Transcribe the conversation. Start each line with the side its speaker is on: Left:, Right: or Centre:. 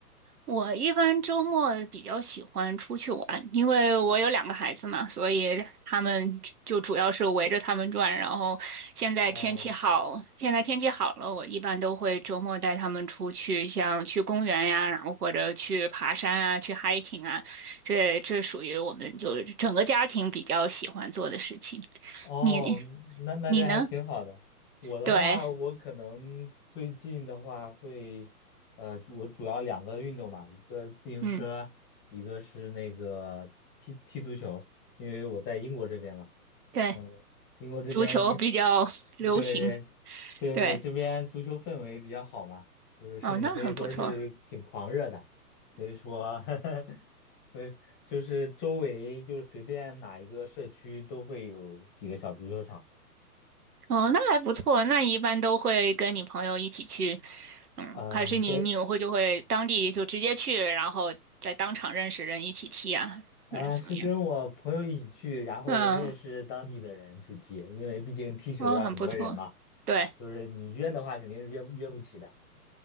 Right: 我一般周末比较喜欢出去玩，因为我有两个孩子嘛，所以他们就主要是围着他们转。然后现在天气好，
Left: 哦。
Right: 现在天气好了，我一般都会周末带他们出去，像去公园呀，然后或者去爬山啊，去 hiking 啊，这这属于我们就是整个家庭比较喜欢做的事情。
Left: 哦，
Right: 你
Left: 那那这还挺好的。
Right: 你呢？
Left: 我的话，
Right: 对，
Left: 我可能最近的话会，呃，主我主要两个运动嘛，一个自行车，
Right: 嗯，
Left: 一个是那个踢踢足球，因为我在英国这边嘛。
Right: 对，
Left: 嗯，英国这边你，
Right: 足球比较 <laughs> 流行，
Left: 对对对对，
Right: 对。
Left: 这边足球氛围比较好嘛，就是甚至可以说是挺狂热的，
Right: 哦，那很不错。
Left: 所以说，<laughs> 所以就是周围就是随便哪一个社区都会有几个小足球场。
Right: 哦，那还不错。那你一般都会跟你朋友一起去，嗯，
Left: 嗯，
Right: 还是你你会就会当地就直接去，
Left: 对，
Right: 然后在当场认识人一起踢啊，
Left: 啊，
Right: 或者是怎么样？
Left: 是跟我朋友一起去，然后认识当地的人去踢，
Right: 嗯，
Left: 因为毕竟踢球要很多人嘛，
Right: 哦，很不错。对，
Left: 就是你约的话肯定是约约不起的。